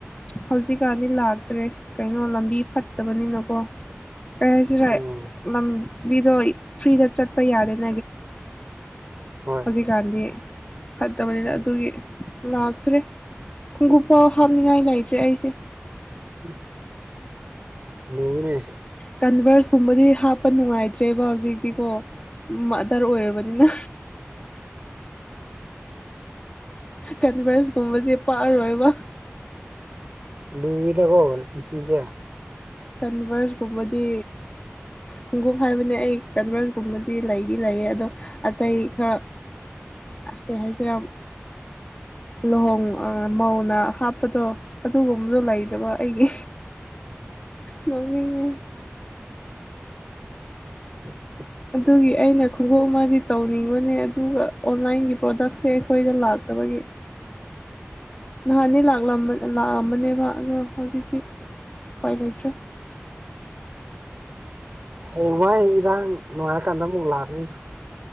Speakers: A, on the left; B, on the right.
A: ꯍꯧꯖꯤꯛꯀꯥꯟꯗꯤ ꯂꯥꯛꯇ꯭ꯔꯦ ꯀꯩꯅꯣ ꯂꯝꯕꯤ ꯐꯠꯇꯕꯅꯤꯅꯀꯣ ꯀꯩ ꯍꯥꯏꯁꯤꯔ
B: ꯑꯣ
A: <unintelligible> ꯕꯤꯗꯣ ꯐ꯭ꯔꯤꯗ ꯆꯠꯄ ꯌꯥꯗꯦ <inaudible>
B: ꯍꯣꯏ
A: ꯍꯧꯖꯤꯛꯀꯥꯟꯗꯤ ꯐꯠꯇꯕꯅꯤꯅ
B: ꯎꯝ
A: ꯑꯗꯨꯒꯤ ꯂꯥꯛꯇ꯭ꯔꯦ ꯈꯣꯡꯎꯞ ꯄꯥꯎ ꯍꯥꯞꯅꯤꯡꯉꯥꯏ ꯂꯩꯇ꯭ꯔꯦ ꯑꯩꯁꯦ
B: <inaudible> ꯅꯨꯅ
A: ꯀꯟꯚꯔꯁꯀꯨꯝꯕꯗꯤ ꯍꯥꯞꯄ ꯅꯨꯡꯉꯥꯏꯇ꯭ꯔꯦꯕ ꯍꯧꯖꯤꯛꯇꯤꯀꯣ ꯑꯗꯔ ꯑꯣꯏꯔꯕꯅꯤꯅ ꯀꯟꯚꯔꯁꯒꯨꯝꯕꯁꯦ
B: ꯑꯁ
A: ꯄꯛꯑꯔꯣꯏꯕ
B: ꯂꯏꯗ ꯀꯣꯣ ꯄꯨꯁꯤꯁꯦ
A: ꯀꯟꯚꯔꯁꯒꯨꯝꯕꯗꯤ ꯈꯣꯡꯎꯞ ꯍꯥꯏꯕꯅꯦ ꯑꯩ ꯀꯟꯚꯔꯁ ꯀꯨꯝꯕꯗꯤ ꯂꯩꯗꯤ ꯂꯩꯌꯦ ꯑꯗꯣ ꯑꯇꯩ ꯏ ꯈ ꯀ ꯍꯥꯏꯁꯤꯔ ꯂꯨꯍꯣꯡ ꯑ ꯃꯧꯅ ꯍꯥꯞꯄꯗꯣ ꯑꯗꯨꯒꯨꯝꯕꯗꯣ ꯂꯩꯗꯕ ꯑꯩꯒꯤ ꯅꯣꯛꯅꯤꯡꯉꯦ
B: <inaudible>
A: ꯑꯗꯨꯒꯤ ꯑꯩꯅ ꯈꯣꯡꯎꯞ ꯑꯃꯗꯤ ꯇꯧꯅꯤꯡꯕꯅꯦ ꯑꯗꯨꯒ ꯑꯣꯟꯂꯥꯏꯟꯒꯤ ꯄ꯭ꯔꯗꯛꯁꯦ ꯑꯩꯈꯣꯏꯗ ꯂꯥꯛꯇꯕꯒꯤ <inaudible> ꯅꯍꯥꯟꯗꯤ ꯂꯥꯛꯂꯝ ꯂꯥꯛꯑꯝꯕꯅꯦꯕ ꯑꯗꯣ ꯍꯧꯖꯤꯛꯇꯤ ꯎꯄꯥꯏ ꯂꯩꯇ꯭ꯔꯦ
B: ꯍꯌꯦꯡꯋꯥꯏ ꯏꯔꯥꯡ ꯅꯨꯡꯉꯥꯏꯔꯀꯥꯟꯗ ꯑꯃꯨꯛ ꯂꯥꯛꯀꯅꯤꯗ